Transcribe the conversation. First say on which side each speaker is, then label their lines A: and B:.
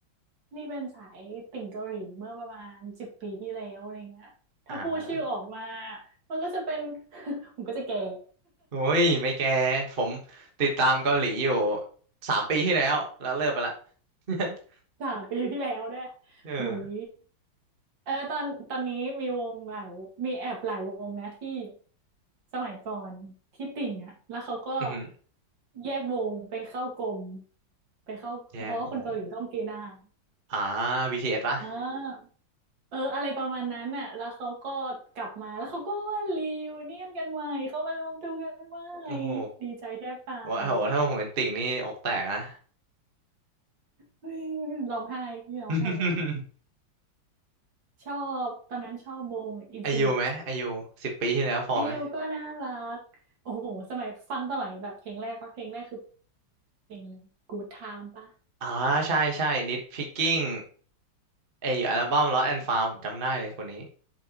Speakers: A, on the right (about 65°); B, on the right (about 30°).
A: นี่เป็นสายติ่งเกาหลีเมื่อประมาณสิบปีที่แล้วอะไรเงี้ยถ้าพูดชื่อออกมา
B: อ่า
A: มันก็จะเป็น <laughs> ผมก็จะแก่
B: โอ้ยไม่แกผมติดตามเกาหลีอยู่สามปีที่แล้วแล้วเลิกไปละ <laughs>
A: <laughs> สามปีที่แล้วด้วย
B: เออ
A: หุยเออตอนตอนนี้มีวงหลายวงมีแอบหลายวงนะที่สมัยก่อนที่ติ่งอ่ะแล้วเขาก็
B: อือหือ
A: แยกวงไปเข้ากรมไปเข้าเพราะว่าคนเกาหลีต้องเกณฑ์ทหาร
B: แยกวงอ่า BTS ปะ
A: อ่า เอออะไรประมาณนั้นน่ะแล้วเขาก็กลับมา แล้วเขาก็ว่ารีวเนียนกันใหม่เขามารวมตัวกันใหม่
B: โอ้โห
A: ดีใจแทบตาย
B: โอ้โหถ้าผมเป็นติ่งนี่อกแตกนะ
A: เฮ้ยร้องไห้นี่ร้องไห้ไปละ
B: <laughs>
A: ชอบตอนนั้นชอบวงอินฟินิต
B: อายุไหมอายุสิบปีที่แล้วพอไหม
A: อายุก็น่ารัก โอ้โหสมัยฟังสมัยแบบเพลงแรกปะเพลงแรกคือเพลงอะไร Good Time ปะ
B: อ่าใช่ใช่นิดพิกกิ้งไออัลบั้ม Lost and Found ผมจำได้เลยคนนี้